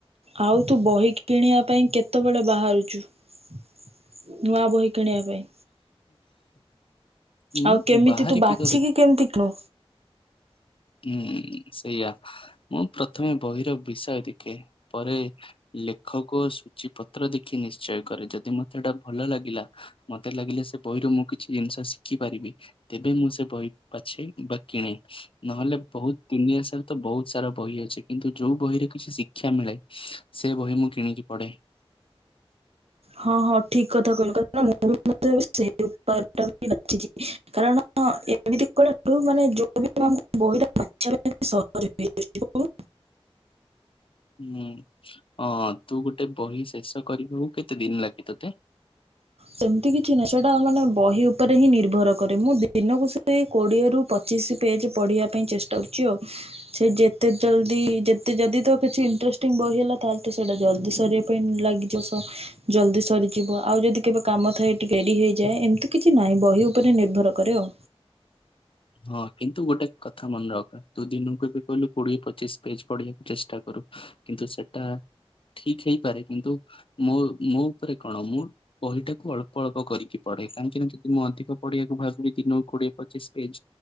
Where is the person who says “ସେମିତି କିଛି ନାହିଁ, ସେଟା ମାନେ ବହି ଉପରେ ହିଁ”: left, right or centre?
Right